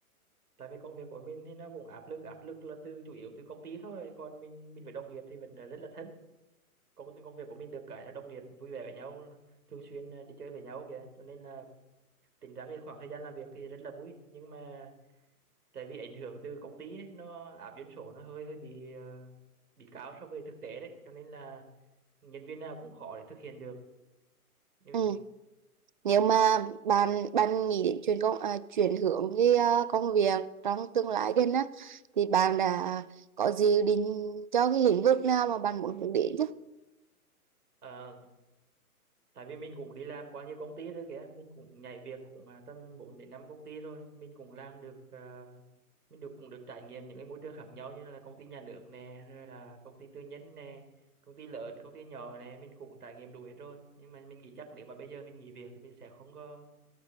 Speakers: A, on the right; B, on the right.
A: tại vì công việc của mình thì nó cũng áp lực áp lực là từ chủ yếu từ công ty thôi còn mình mình với đồng nghiệp thì vẫn là rất là thân công công việc của mình được cái là đồng nghiệp vui vẻ với nhau thường xuyên à, đi chơi với nhau kìa cho nên là tính ra cái khoảng thời gian làm việc thì rất là vui nhưng mà tại vì ảnh hưởng từ công ty ấy, nó áp doanh số nó hơi hơi bị ờ, bị cao so với thực tế đấy cho nên là nhân viên nào cũng khó để thực hiện được nhưng
B: Ừ. Nếu mà bạn bạn nghĩ đến chuyển công à, chuyển hướng cái à, công việc trong tương lai gần á thì bạn đã có dự định cho cái lĩnh vực nào mà bạn muốn hướng đến chứ?
A: à, tại vì mình cũng đi làm quá nhiều công ty rồi kìa mình cũng nhảy việc cũng à, tầm 4 đến 5 công ty rồi mình cũng làm được à, mình được cũng được trải nghiệm những cái môi trường khác nhau như là công ty nhà nước nè rồi là công ty tư nhân nè công ty lớn công ty nhỏ nè mình cũng trải nghiệm đủ hết rồi nhưng mà mình nghĩ chắc nếu mà bây giờ mình nghỉ việc thì mình sẽ không có